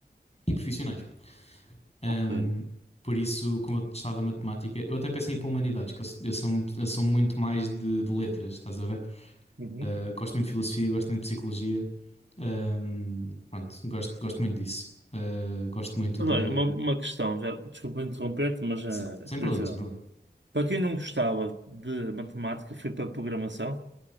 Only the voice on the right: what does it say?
Ok.
Uhum.
Mas
Olha, uma, uma questão, já, desculpa interromper-te, mas
eh,
é curiosidade.
Para quem não gostava de matemática, foi para programação,